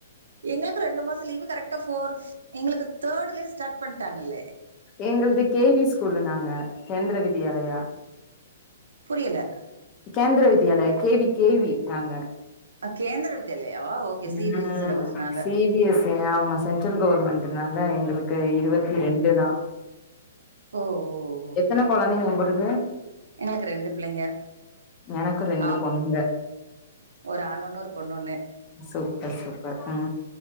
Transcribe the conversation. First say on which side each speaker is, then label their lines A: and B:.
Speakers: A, on the right; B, on the left.
A: எங்குளுக்கு ரெண்டு மாசம் லீவ்வு கரெக்டா ஃபோர் எங்குளுக்கு தேர்ட்லயே ஸ்டார்ட் பண்ணிட்டாங்கல்லே
B: எங்ளுது கேவி ஸ்கூல்ல நாங்க கேந்தர வித்யாலயா
A: புரியல
B: கேந்தர வித்யாலய கேவி கேவி நாங்க
A: Kendriya Vidyalaya okay
B: ம்
A: C B S C சிலபஸ்னால
B: சிபிஎஸ் ஆமா சென்ட்ரல் கவர்மெண்ட்னால எங்ளுக்கு இருவத்தி ரெண்டு தா
A: ஓ ஓ
B: எத்தன கொழந்தைங்க உங்குளுக்கு
A: எனக்கு ரெண்டு பிள்ளைங்க
B: எனக்கு ரெண்டு
A: ஆப்
B: பொண்ணுங்க
A: ஒரு ஆனொன்னு ஒரு பொண்ணொன்னு
B: சூப்பர் சூப்பர் ம்